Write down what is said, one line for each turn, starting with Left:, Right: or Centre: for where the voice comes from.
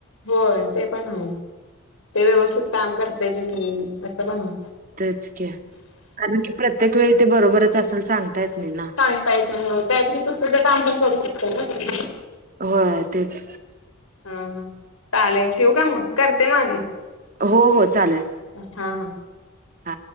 Left: होय ते पण आहे ते व्यवस्थित काम करते की नाही असं पण आहे.
Right: तेच क कारण की प्रत्येक वेळी ते बरोबरच असेल सांगता येत नाही ना.
Left: <unintelligible>
Right: होय तेच.
Left: ह हा चालेल ठेव का मग करते मागे.
Right: हो हो चालेल.
Left: हा हा.
Right: हा